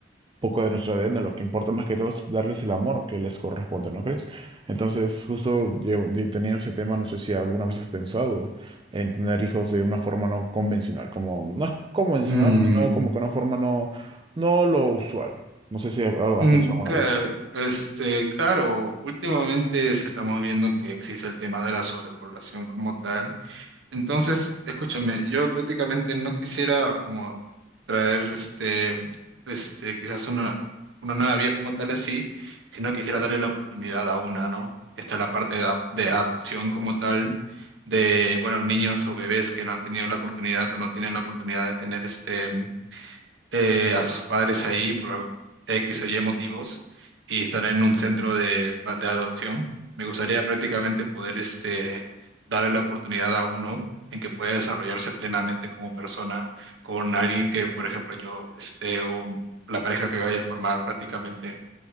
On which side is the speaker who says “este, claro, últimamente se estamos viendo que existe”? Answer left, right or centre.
Right